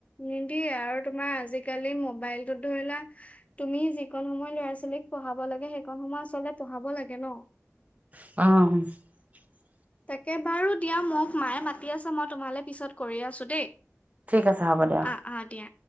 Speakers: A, on the left (about 25°); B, on the right (about 30°).
A: নিদিয়ে আৰু তোমাৰ আজিকালি মোব মোবাইলটোত ধৰিলা তুমি যি কণ সময় ল'ৰা-ছোৱালীক পঢ়াব লাগে সেইকনণ সময় আচলতে পঢ়াব লাগে ন'।
B: অ'
A: তাকে বাৰু দিয়া মোক মায়ে মাতি, ঠিক আছে মই তোমালৈ পিছত কৰি আছো দেই।
B: ঠিক আছে হ'ব দিয়া।
A: আহ আহ দিয়া